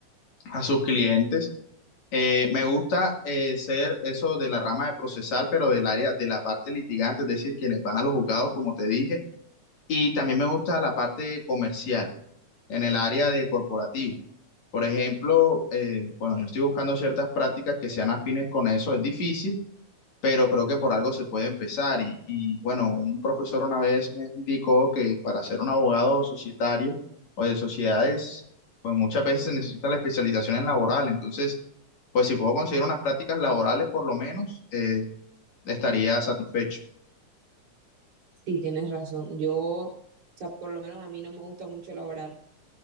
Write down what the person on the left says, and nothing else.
a sus clientes. Eh, me gusta eh, ser eso de la rama de procesal, pero del área de la parte litigante, es decir, quienes van a los juzgados, como te dije, y también me gusta la parte comercial, en el área de corporativo. Por ejemplo, eh, bueno, yo estoy buscando ciertas prácticas que sean afines con eso, es difícil, pero creo que por algo se puede empezar. Y, y, bueno, un profesor una vez me indicó que para ser un abogado societario o de sociedades, pues muchas veces se necesita la especialización en laboral. Entonces, pues si puedo conseguir unas prácticas laborales, por lo menos, eh, estaría satisfecho.